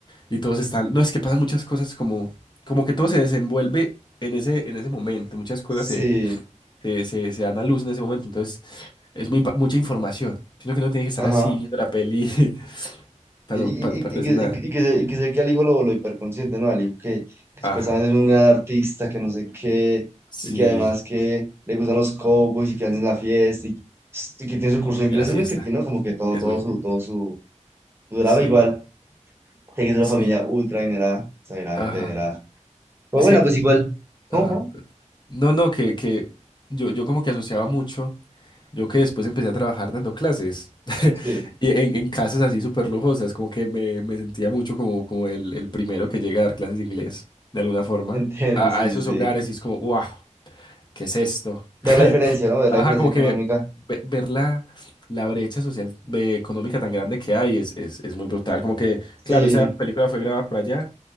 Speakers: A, on the left (about 35°); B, on the right (about 20°).
A: Y todos están. No, es que pasan muchas cosas como. Como que todo se desenvuelve en ese, en ese momento. Muchas cosas
B: Sí,
A: se, se, se, se dan a luz en ese momento. Entonces, es muy, pa- mucha información. Sino que uno tiene que estar
B: ajá.
A: así viendo la peli <laughs> para
B: Sí, y,
A: no, para no
B: y-
A: perderse
B: y que,
A: nada.
B: y que- y que se, y que se ve que al hijo lo, lo hiperconsciente, ¿no? Al hijo que, que supuestamente
A: Ajá.
B: es un gran artista, que no sé qué,
A: Sí.
B: y que además que le gustan los cowboys y que hacen la fiesta, y, y que tiene su curso de
A: Mira,
B: inglés,
A: fiesta.
B: es muy efectivo, ¿no? Como que todo,
A: Es
B: todo
A: muy
B: su,
A: fino.
B: todo su, su drama
A: Sí,
B: igual, te que es una
A: sí.
B: familia ultra adinerada, exageradamente
A: Ajá.
B: adinerada. Pero
A: Es
B: bueno,
A: que,
B: pues igual.
A: ajá.
B: ¿Cómo?
A: No, no, que, que yo, yo como que asociaba mucho. Yo que después empecé a trabajar dando clases <laughs>
B: fue? Sí,
A: y en, en casas así súper lujosas, como que me, me sentía mucho como, como el, el primero que llega a dar clases de inglés, de alguna
B: <laughs>
A: forma,
B: entiendo,
A: a,
B: sí,
A: a esos
B: sí, sí.
A: hogares y es como, wow, ¿qué es esto?
B: Ver
A: <laughs>
B: la diferencia, ¿no? Ver
A: Ajá,
B: la diferencia
A: como
B: económica.
A: que ve- ve- ver la, la brecha social, ve- económica tan grande que hay es, es, es muy brutal. Como que, claro,
B: Sí.
A: esa película fue grabada por allá,